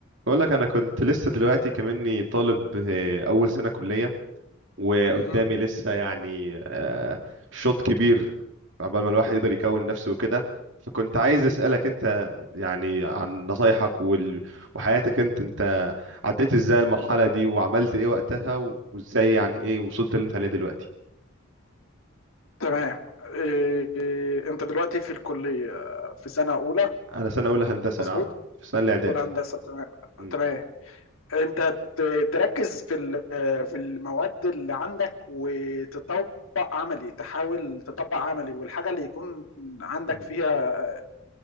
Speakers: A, on the right; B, on the left.
A: بقول لك انا كنت لسه دلوقتي كمني طالب آه، اول سنه كليه وقدامي
B: مهم.
A: لسه يعني آه، شوط كبير عقبال ما الواحد يقدر يكون نفسه وكده فكنت عايز اسالك انت يعني عن نصايحك وال... وحياتك انت انت عديت ازاي المرحله دي وعملت ايه وقتها و- وازاي يعني ايه وصلت اللي انت عليه دلوقتي
B: تمام إيه إيه، انت دلوقتي في الكلية في سنة أولى
A: انا سنه اولى هندسه
B: مظبوط
A: نعم في سنه الاعدادي
B: ولا هندسة تمام
A: مم.
B: تمام انت ت- تركز في ال- في المواد اللي عندك وتطبق عملي تحاول تطبق عملي والحاجة اللي يكون عندك
A: مم.
B: فيها